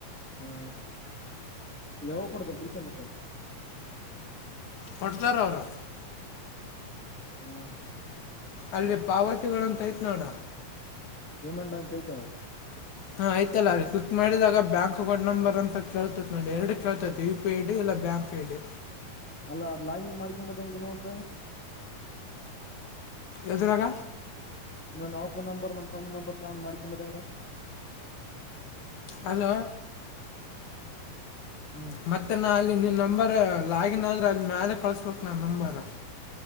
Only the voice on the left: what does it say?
ಕೊಟ್ತರ್ ಅವರು
ಅಲ್ಲೇ ಪಾವತಿಗಳಂತ ಐತ್ ನೋಡ
ಹಾ ಆಯ್ತಲ್ಲ ಅ ಕ್ಲಿಕ್ ಮಾಡಿದಾಗ ಬ್ಯಾಂಕ್ ಅಕೌಂಟ್ ನಂಬರ್ ಅಂತ ಕೇಳ್ತೈತಿ ನೋಡಿ ಎರಡು ಕೇಳ್ತೈತಿ ಯು ಪಿ ಐ ಡಿ ಇಲ್ಲ ಬ್ಯಾಂಕ್ ಐ ಡಿ.
ಎದುರಾಗ
ಅದ
ಮತ್ತೆ ನಾ ಅಲ್ಲಿ ನಂಬರ್ ಅಲ್ಲ ಆಗನ ಆದ್ರೆ ಅಲ್ಲಿ ಮ್ಯಾಲಲೆ ಕಳ್ಸ್ಬೇಕ್ ನಾ ನಂಬಾರ